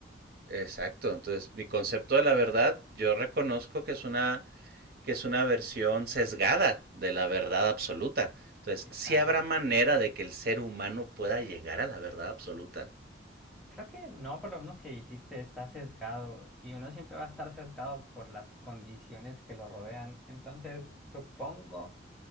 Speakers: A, on the right; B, in the centre.
A: Exacto. Entonces, mi concepto de la verdad, yo reconozco que es una, que es una versión sesgada de la verdad absoluta. Entonces,
B: Exacto.
A: sí habrá manera de que el ser humano pueda llegar a la verdad absoluta.
B: Creo que no, por lo menos que dijiste, está sesgado y uno siempre va a estar sesgado por las condiciones que lo rodean, entonces supongo